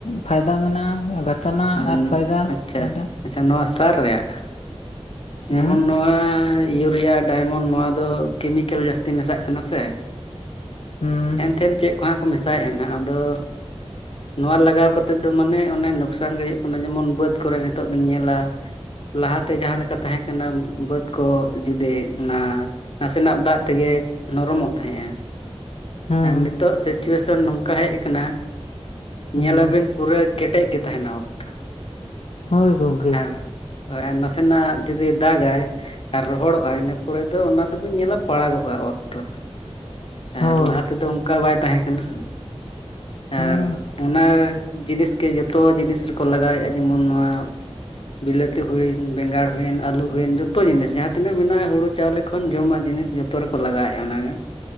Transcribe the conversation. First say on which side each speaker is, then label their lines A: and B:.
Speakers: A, on the left; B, on the left.
A: ᱯᱷᱟᱭᱫᱟ ᱢᱮᱱᱟᱜᱼᱟ ᱜᱷᱚᱴᱚᱱᱟ
B: ᱦᱚᱸ
A: ᱟᱨ ᱯᱷᱟᱭᱫᱟ
B: ᱟᱪᱪᱷᱟ
A: ᱡᱟᱦᱟᱸᱴᱟᱜ
B: ᱟᱪᱪᱷᱟ ᱱᱚᱣᱟ ᱥᱟᱨ ᱨᱮᱭᱟᱜ ᱡᱮᱢᱚᱱ
A: ᱦᱮᱸ
B: ᱱᱚᱣᱟ ᱤᱭᱩᱨᱤᱭᱟ ᱰᱟᱭᱢᱚᱱᱰ ᱱᱚᱣᱟ ᱫᱚ ᱠᱮᱢᱤᱠᱮᱞ ᱡᱟᱹᱥᱛᱤ ᱢᱮᱥᱟᱜ ᱠᱟᱱᱟ ᱥᱮ
A: ᱦᱮᱸ
B: ᱦᱮᱱᱛᱷᱮᱱ ᱪᱮᱫ ᱠᱚᱦᱟᱸᱜ ᱠᱚ ᱢᱮᱥᱟᱭᱮᱫᱼᱟ ᱦᱟᱜ ᱟᱫᱚ ᱱᱚᱣᱟ ᱞᱟᱜᱟᱣ ᱠᱟᱛᱮ ᱼᱼ ᱫᱚ ᱢᱟᱱᱮ ᱚᱱᱮ ᱞᱠᱥᱟᱱ ᱜᱮ ᱦᱩᱭᱩᱜ ᱠᱟᱱᱟ ᱡᱮᱢᱚᱱ ᱵᱟᱹᱫ ᱠᱚᱨᱮ ᱱᱤᱛᱚᱜ ᱵᱤᱱ ᱧᱮᱞᱟ ᱞᱟᱦᱟᱛᱮ ᱡᱟᱦᱟᱸ ᱞᱮᱠᱟ ᱛᱟᱦᱮᱸ ᱠᱟᱱᱟ ᱵᱟᱹᱫ ᱠᱚ ᱡᱩᱫᱤ ᱚᱱᱟ ᱱᱟᱥᱮᱱᱟᱜ ᱫᱟᱜ ᱛᱮᱜᱮ ᱱᱚᱨᱚᱢᱚᱜ ᱛᱟᱦᱮᱸᱼᱟ
A: ᱦᱮᱸ
B: ᱟᱨ ᱱᱤᱛᱚᱜ ᱥᱤᱪᱩᱭᱮᱥᱚᱱ ᱱᱚᱝᱠᱟ ᱦᱮᱡ ᱠᱟᱱᱟ
A: ᱦᱮᱸ
B: ᱧᱮᱞᱟᱵᱤᱱ ᱯᱩᱨᱟᱹ ᱠᱮᱴᱮᱡ ᱜᱮ ᱛᱟᱦᱮᱱᱟ ᱚᱛ ᱫᱚ
A: ᱦᱳᱭ ᱜᱚᱢᱠᱮ
B: ᱟᱨ ᱦᱳᱭ ᱟᱨ ᱱᱟᱥᱮᱱᱟᱜ ᱡᱩᱫᱤ ᱫᱟᱜᱟᱭ ᱟᱨ ᱨᱚᱦᱚᱲᱚᱜᱼᱟ ᱤᱱᱟᱹ ᱯᱚᱨᱮ ᱫᱚ ᱚᱱᱟ ᱫᱚᱵᱚᱱ ᱧᱮᱞᱟ ᱯᱟᱲᱟᱜᱚᱜᱼᱟ ᱚᱛ ᱫᱚ
A: ᱦᱳᱭ
B: ᱟᱨ ᱞᱟᱦᱟ ᱛᱮᱫᱚ ᱚᱱᱠᱟ ᱵᱟᱭ ᱛᱟᱦᱮᱸᱠᱟᱱᱟ
A: ᱦᱮᱸ
B: ᱟᱨ ᱚᱱᱟ ᱡᱤᱱᱤᱥ ᱜᱮ ᱡᱚᱛᱚ ᱡᱤᱱᱤᱥ ᱨᱮᱠᱚ ᱞᱟᱜᱟᱣᱮᱫᱼᱟ ᱡᱮᱢᱚᱱ ᱱᱚᱣᱟ ᱵᱤᱞᱟᱹᱛᱤ ᱦᱩᱭᱮᱱ ᱵᱮᱸᱜᱟᱲ ᱦᱩᱭᱮᱱ ᱟᱹᱞᱩ ᱦᱩᱭᱮᱱ ᱡᱚᱛᱚ ᱡᱤᱱᱤᱥ ᱡᱟᱦᱟᱸ ᱛᱤᱱᱟᱹᱜ ᱢᱮᱱᱟᱜᱼᱟ ᱦᱩᱲᱩ ᱪᱟᱣᱞᱮ ᱠᱷᱚᱱ ᱡᱚᱢᱟᱜ ᱡᱤᱱᱤᱥ ᱡᱚᱛᱚ ᱡᱚᱛᱚ ᱨᱮᱠᱚ ᱞᱟᱜᱟᱣᱮᱫᱼᱟ ᱚᱱᱟᱜᱮ